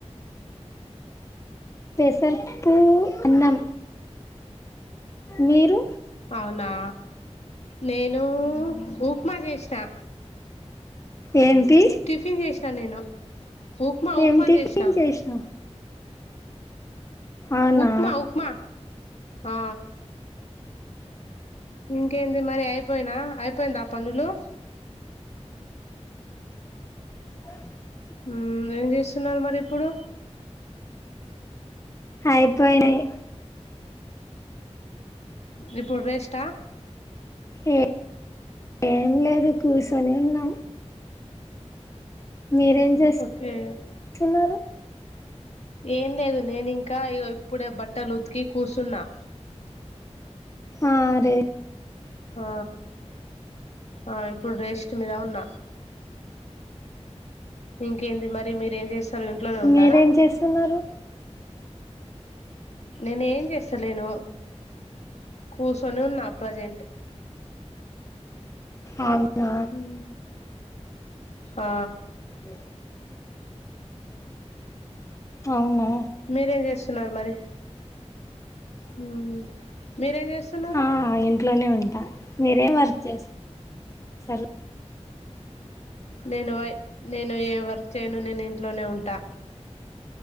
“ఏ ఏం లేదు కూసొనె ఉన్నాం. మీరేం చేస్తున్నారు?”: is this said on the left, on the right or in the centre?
Left